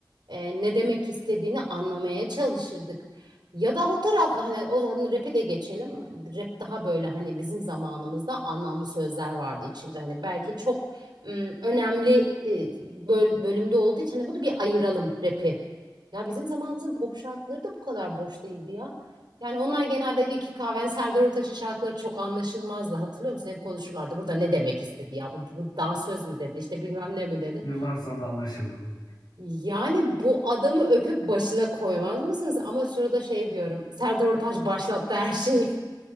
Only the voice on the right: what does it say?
e, ne demek istediğini anlamaya çalışırdık. Ya da o taraf hani o hani rap'i de geçelim. Rap daha böyle hani bizim zamanımızda anlamlı sözler vardı içinde. Hani belki çok ım, önemli e, böl- bölümde olduğu için hani bunu bir ayıralım rap'i. Ya bizim zamanımızın pop şarkıları da bu kadar boş değildi ya. Yani onlar genelde İlki Kahven, Serdar Ortaç'ın şarkıları çok anlaşılmazdı. Hatırlıyor musun? Hep konuşurlardı. Burada ne demek istedi ya? Bu, bu dansöz mü dedi? İşte bilmem ne mi dedi?
Yani bu adamı öpüp başına koymaz mısınız? Ama şurada şey diyorum. Serdar Ortaç başlattı her şeyi.